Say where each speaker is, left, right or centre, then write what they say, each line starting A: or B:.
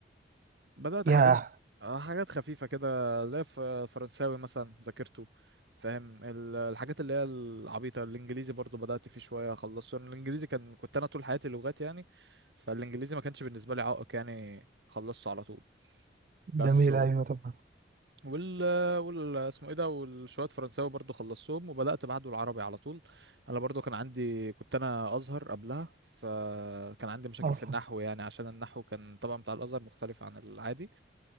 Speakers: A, on the right; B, on the right.
A: بدأت
B: ياه
A: حاجات آه، حاجات خفيفة كده لا ف- فرنساوي مثلا ذاكرته فاهم ال- الحاجات اللي هي العبيطة الإنجليزي برضو بدأت فيه شوية خلصت الإنجليزي كان كنت أنا طول حياتي لغات يعني فالإنجليزي ما كانش بالنسبة لي عائق يعني خلصته على طول
B: جميل
A: بس
B: ايوه طبعا
A: وال وال اسمه ايه ده والشويه فرنساوي برضو خلصتهم وبدات بعده العربي على طول انا برضو كان عندي كنت انا ازهر قبلها فكان عندي مشاكل
B: اصلا
A: في النحو يعني عشان النحو كان طبعا بتاع الازهر مختلف عن العادي